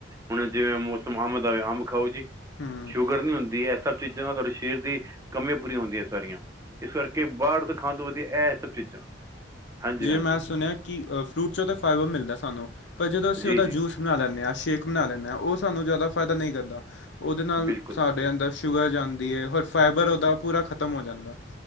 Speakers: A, on the right; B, on the left.
A: ਹੁਣ ਜਿਵੇਂ ਮੌਸਮ ਅੰਬ ਦਾ ਹੋਵੇ ਅੰਬ ਖਾਓ ਜੀ।
B: ਹੂੰ
A: ਸ਼ੂਗਰ ਨੀ ਹੁੰਦੀ ਇਹ ਸਭ ਚੀਜ਼ਾਂ ਨਾਲ ਤੁਹਾਡੇ ਸਰੀਰ ਦੀ ਕੰਮੀਆਂ ਪੂਰੀਆਂ ਹੁੰਦੀਆਂ ਸਾਰੀਆਂ ਇਸ ਕਰਕੇ ਬਾਹਰ ਤੋਂ ਖਾਣ ਤੋਂ ਵਧੀਆ ਇਹ ਚੀਜ਼ਾਂ ਹਾਂਜੀ
B: ਜਿਵੇ
A: ਹਾਂਜੀ
B: ਮੈਂ ਸੁਣਿਆ ਕਿ ਫਰੂਟ ਚੋਂ ਤਾਂ ਫਾਈਬਰ ਮਿਲਦਾ ਸਾਨੂੰ। ਪਰ ਜਦੋਂ ਅਸੀਂ
A: ਜੀ
B: ਉਹਦਾ
A: ਜੀ
B: ਜੂਸ ਬਣਾ ਲੈਂਦੇ ਹਾਂ ਸ਼ੇਕ ਬਣਾ ਲੈਂਦੇ ਉਹ ਸਾਨੂੰ ਜ਼ਿਆਦਾ ਫਾਇਦਾ ਨਹੀਂ ਕਰਦਾ। ਉਹਦੇ ਨਾਲ
A: ਬਿਲਕੁਲ
B: ਸਾਡੇ ਅੰਦਰ ਸ਼ੂਗਰ ਜਾਂਦੀ ਹੈ ਹੋਰ ਫਾਈਬਰ ਉਹਦਾ ਪੂਰਾ ਖਤਮ ਹੋ ਜਾਂਦਾ।